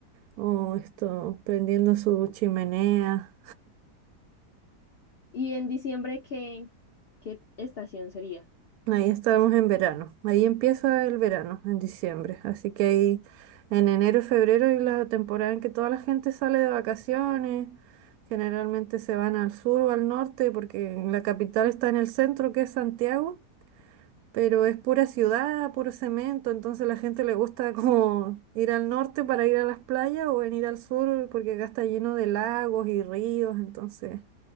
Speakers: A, on the right; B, on the left.
A: o esto, prendiendo su chimenea.
B: Y en diciembre, ¿qué, qué estación sería?
A: Ahí estamos en verano. Ahí empieza el verano, en diciembre. Así que ahí en enero y febrero es la temporada en que toda la gente sale de vacaciones. Generalmente se van al sur o al norte porque la capital está en el centro, que es Santiago, pero es pura ciudad, puro cemento. Entonces la gente le gusta <laughs> como ir al norte para ir a las playas o venir al sur porque acá está lleno de lagos y ríos. Entonces